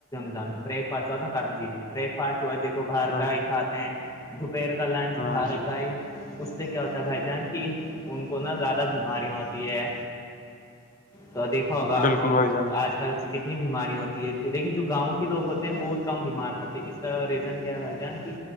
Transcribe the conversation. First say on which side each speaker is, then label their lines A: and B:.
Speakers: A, on the left; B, on the left.
A: دان بیک فاسٹی جی بیک فاسٹ دیکھو باہر
B: ہاں
A: کا ہیھ دپیر کلنچ
B: ہاں
A: بارکائی
B: جی
A: اس سے کیا ہوتا ہے بھائی جان کی ان کو نا زیادہ بیماریاں ہوتی ہے
B: <inaudible>
A: تو دیکھا ہوگا آپ
B: بالکل
A: کو
B: بھائی جان
A: آج کتنی بیمارییا ہوتی ہے لیکن جو گاؤں کے لوگ ہوتے ہیں بہت کم بیمار پڑتے ہیں اس طرح کیا بھائی جان کی